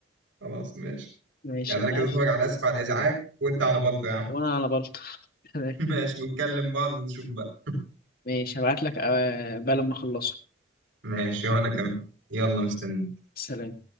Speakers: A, on the right; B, on the left.
A: خلاص ماشي
B: ماشي
A: يعني
B: انا
A: انا كده
B: قاف
A: اتفرج على اسف على الازعاج وانت على بلطة يا عم
B: وانا على بلطف <laughs> تمام.
A: <laughs> ماشي بنكلم بعض ونشوف بقى
B: ماشي هبعت لك آه، بقى لما اخلصه
A: ماشي وانا كمان يلا مستني
B: سلام